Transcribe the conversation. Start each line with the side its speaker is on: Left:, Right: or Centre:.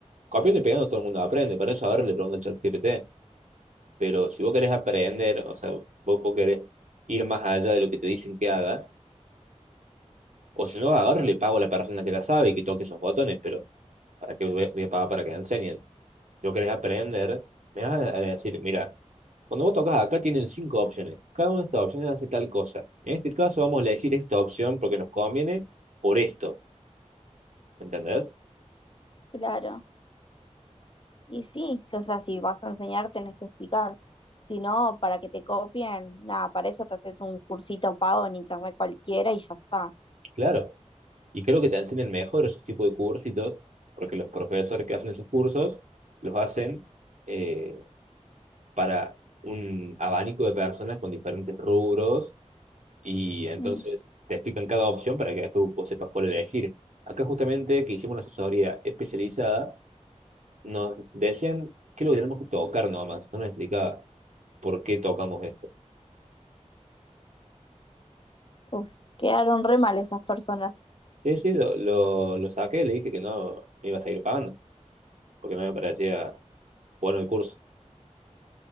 Right: copiando y pegando todo el mundo aprende, para eso ahora le pregunto al chat GPT. pero si vos querés aprender, o sea, vos, vos querés ir más allá de lo que te dicen que hagas, o si no, agarro y le pago a la persona que la sabe y que toque esos botones, pero ¿para qué voy a, voy a pagar para que me enseñen? Si vos querés aprender, me vas a a decir, mira, cuando vos tocas acá tienen cinco opciones, cada una de estas opciones hace tal cosa. En este caso vamos a elegir esta opción porque nos conviene por esto, ¿entendés?
Left: Claro, y sí, o sea, si vas a enseñar tenés que explicar. Si no, para que te copien, nada, para eso te haces un cursito pago en internet cualquiera y ya está.
Right: Claro, y creo que te enseñan mejor esos tipos de cursitos, porque los profesores que hacen esos cursos los hacen eh, para un abanico de personas con diferentes rubros y entonces
Left: Mm,
Right: te explican cada opción para que después vos sepas cuál elegir. Acá justamente que hicimos una asesoría especializada, nos decían que lo que tenemos que tocar nomás, no me explicaba por qué tocamos esto.
Left: uf, quedaron re mal esas personas.
Right: Sí, sí, lo, lo, lo saqué, le dije que no me iba a seguir pagando, porque no me parecía bueno el curso.